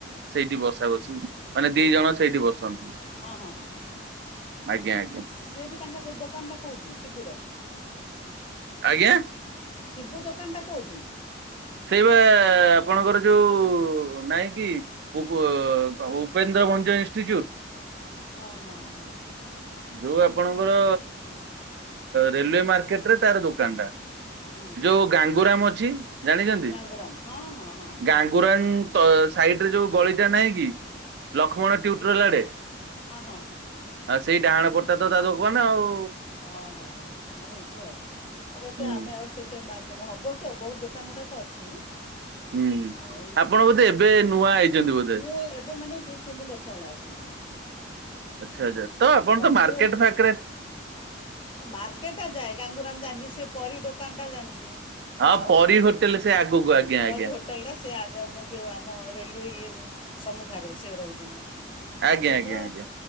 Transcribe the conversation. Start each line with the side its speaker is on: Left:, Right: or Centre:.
Right: ସେଇଠି ବସା ବସି ମାନେ
Left: ହଁ
Right: ଦି ଜଣ
Left: ହଁ ହଁ
Right: ସେଇଠି ବସନ୍ତି
Left: ହଁ ହଁ ହଁ ହଁ।
Right: ଆଜ୍ଞା ଆଜ୍ଞା
Left: ସିଏ ବି ତାଙ୍କର ଦୋକାନ ଟା କୋଉଠି ଶିବୁର
Right: ଆଜ୍ଞା।
Left: ଶିବୁ ଦୋକାନଟା କୋଉଠି?
Right: ସେଇବା ଆପଣଙ୍କର ଯୋଉ ନାଇଁ କି ଉପ ଉପେନ୍ଦ୍ର ଭଞ୍ଜ ଇନଷ୍ଟିଚିଡୁ!
Left: ହଁ ହଁ ହଁ।
Right: ଯୋଉ
Left: ସବୁ
Right: ଆପଣଙ୍କର
Left: ସେତେ ଆଉ ହୁଁ
Right: ରେଲୱେ ମାର୍କେଟ? ରେ ତାର ଦୋକାନ ଟା
Left: ହୁଁ ହୁଁ ହୁଁ
Right: ଯୋଉ ଗାଙ୍ଗୁରାମ ଅଛି। ଜାଣିଛନ୍ତି
Left: ଗାଙ୍ଗୁରାମ ହଁ ହଁ ହଁ
Right: ଗାଙ୍ଗୁରାମ? ତ ସାଇଡ ରେ ଯୋଉ ଗଳିଟା ନାହିଁ କି ଲକ୍ଷ୍ମଣ ଟ୍ୟୁଟରାଲ ଆଡେ
Left: ହଁ ହଁ।
Right: ଆଉ ସେଇ ଡାହାଣ ପଟ ଟା ତ ତା ଦୋକାନ ଆଉ।
Left: ହଁ ହଁ ହଁ ହଁ ହେଇଥିବ ଆଉ ଅବଶ୍ୟ
Right: ହୁଁ
Left: ଆମେ ଆଉ ସେତେ ମାର୍କ କରିନୁ ହବଶ୍ୟ ଆଉ ବହୁତ ଦୋକାନ ଗୁଡ଼ାକ ଅଛି
Right: ହୁଁ
Left: ଆଉ
Right: ଆପଣ ବୋଧେ
Left: ଏତେ
Right: ଏବେ ନୂଆ ଆଇଛନ୍ତି। ବୋଧେ?
Left: ମୁଁ ଏବେ ମାନେ ଦି ତିନି ବର୍ଷ ହେଲା ଆସିଲିଣି
Right: ଆଚ୍ଛା ଆଚ୍ଛା ତ ଆପଣ ତ ମାର୍କେଟ
Left: ମୁଁ
Right: ଫାଖରେ
Left: ମାର୍କେଟଟା ଯାଏ ଗାଙ୍ଗୁରାମ ଜାଣିଛି ସେ ପରି ଦୋକାନଟା ଜାଣିଛି
Right: ହଁ
Left: ଆଉ।
Right: ପରୀ ହୋଟେଲ ସେ ଆଗକୁ
Left: ହୁଁ
Right: ଆଜ୍ଞା
Left: ପରି
Right: ଆଜ୍ଞା
Left: ହୋଟେଲ ଟା ସେ ଆମ ଯୋଉ ଆମ ରେଲୱେ ଇଏ ସମ୍ମୁଖ ରେ ସେ ରହୁଛନ୍ତି ତା
Right: ଆଜ୍ଞା
Left: ସହିତ
Right: ଆଜ୍ଞା ଆଜ୍ଞା।